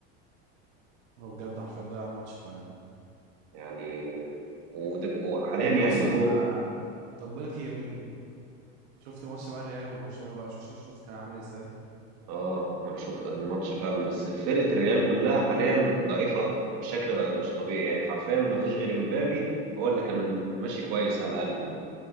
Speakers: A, on the right; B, on the right.
A: هو بجد عارفين ده ماتش فعلا
B: يعني ود- وحاليا
A: طب انت
B: يعني
A: اصلا
B: الجو
A: آه، طب بقول لك ايه بقول لك ايه شفت ماتش بقى الريال وبرشلونه بقى شوف شوف شوف كان عامل ازاي
B: اه ما انا شوف الماتش فعلا بس فرقه الريال كلها حاليا ضعيفه بشكل ر- مش طبيعي يعني حرفيا ما فيش غير مبابي هو اللي كان ماشي كويس على الاقل